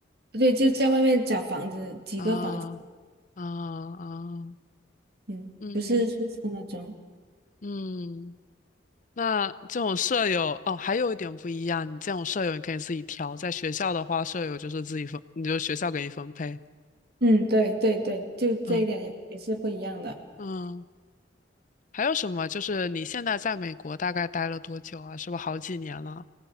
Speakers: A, on the right; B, on the left.
A: 对，就在外面找房子，几个房子，
B: 啊啊啊，
A: 嗯，
B: 嗯
A: 不是宿舍那种。
B: 嗯，那这种舍友哦，还有一点不一样，你这种舍友你可以自己挑，在学校的话，舍友就是自己分，你就学校给你分配。
A: 嗯，对对对，就这一点也也是不一样的。
B: 嗯嗯还有什么？就是你现在在美国大概待了多久啊？是不是好几年了？